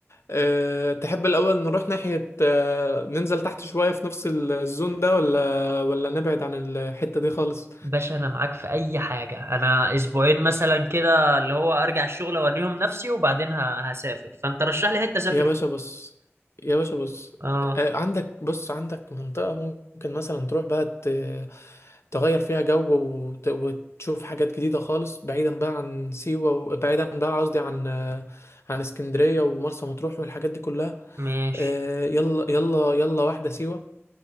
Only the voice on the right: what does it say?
باشا انا معاك في اي حاجه انا اسبوعين مثلا كده اللي هو ارجع الشغل اوريهم نفسي وبعدين ه- هسافر فانت رشح لي حته اسافر
فيها
اه
ماشي